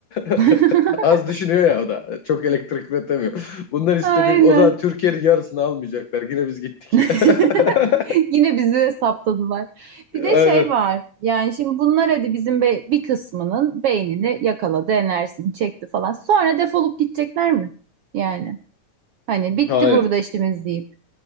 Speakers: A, on the left; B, on the right.
A: <laughs>
B: <laughs>
A: Az düşünüyor ya o da. Çok elektrik üretemiyor. Bunlar istediğim...
B: Aynen.
A: O zaman Türkiye'nin yarısını almayacaklar. Yine biz gittik.
B: <laughs>
A: <laughs>
B: Yine bizi saptadılar. Bir de
A: Aynen.
B: şey var. Yani şimdi bunlar hadi bizim be- bir kısmının beynini yakaladı, enerjisini çekti falan. Sonra defolup gidecekler mi? Yani hani bitti
A: Hayır.
B: burada işimiz deyip.